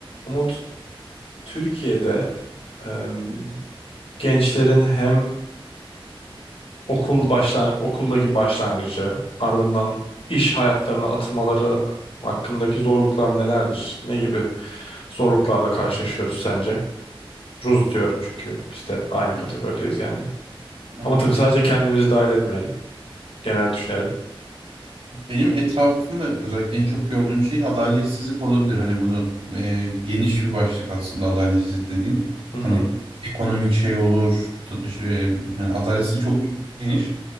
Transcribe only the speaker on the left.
Umut Türkiye'de em, gençlerin hem okul başlan okuldaki başlangıcı ardından iş hayatlarına atılmaları hakkındaki zorluklar nelerdir? Ne gibi zorluklarla karşılaşıyoruz sence? Ruz diyorum çünkü biz de aynı
kategorideyiz yani.
Ama tabii sadece kendimizi dahil etmeyelim. Genel düşünelim.
Hı hı.